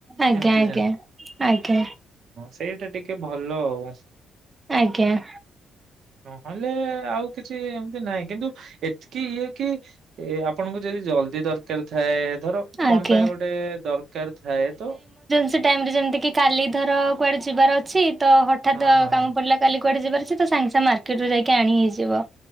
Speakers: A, on the right; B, on the right.
A: ଆଜ୍ଞା
B: ଏମତି
A: ଆଜ୍ଞା।
B: ହଁ
A: ଆଜ୍ଞା
B: ସେଇଟା ଟି ଟିକେ ଭଲ ଆଉ।
A: ଆଜ୍ଞା
B: ନହେଲେ ଆଉ କିଛି ଏମିତି ନାହିଁ କିନ୍ତୁ ଏତିକି ଇଏ କି ଏ ଆପଣଙ୍କୁ ଯଦି ଜଲଦି ଦରକାର କରିଥାଏ ଧର
A: ଆଜ୍ଞା।
B: କଣ ପାଇଁ ଗୋଟେ ଦରକାର ଥାଏ ତ
A: ସେ ଟାଇମ ଯେମିତିକି କାଲି ଧର କୁଆଡ଼େ ଯିବାର ଅଛି ତ ହଠାତ
B: ହଁ।
A: କାମ ପଡିଲା କାଲି କୁଆଡେ ଯିବାରଛି ତ ସାଙ୍ଗେ ସାଙ୍ଗ ମାର୍କେଟୁ ଯାଇକି ଆଣି ହେଇଯିବ।